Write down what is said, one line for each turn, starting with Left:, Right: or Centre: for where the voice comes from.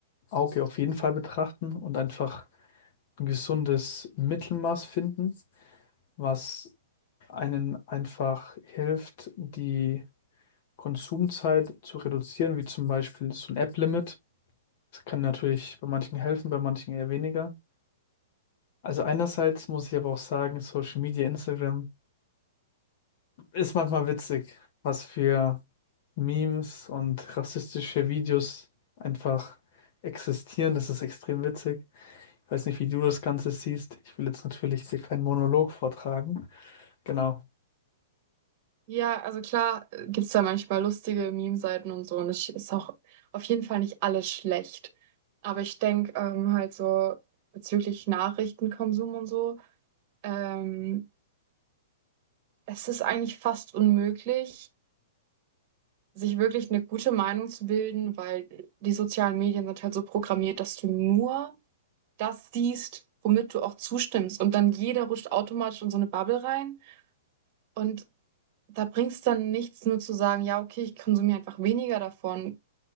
Left: Auge auf jeden Fall betrachten und einfach ein gesundes Mittelmaß finden, was einen einfach hilft, die Konsumzeit zu reduzieren, wie zum Beispiel so ein App-Limit. Das kann natürlich bei manchen helfen, bei manchen eher weniger. Also einerseits muss ich aber auch sagen, Social Media, Instagram ist manchmal witzig, was für Memes und rassistische Videos einfach existieren. Das ist extrem witzig. Ich Weiß nicht, wie du das Ganze siehst. Ich will jetzt natürlich dir keinen Monolog vortragen. Genau.
Right: Ja, also klar äh, gibt's da manchmal lustige Meme-Seiten und so und es ist auch auf jeden Fall nicht alles schlecht. Aber ich denk ähm, halt so bezüglich Nachrichtenkonsum und so, ähm, es ist eigentlich fast unmöglich, sich wirklich eine gute Meinung zu bilden, weil die sozialen Medien sind halt so programmiert, dass du nur das siehst, womit du auch zustimmst und dann jeder rutscht automatisch in so eine Bubble rein und da bringt's dann nichts, nur zu sagen, ja, okay, ich konsumiere einfach weniger davon.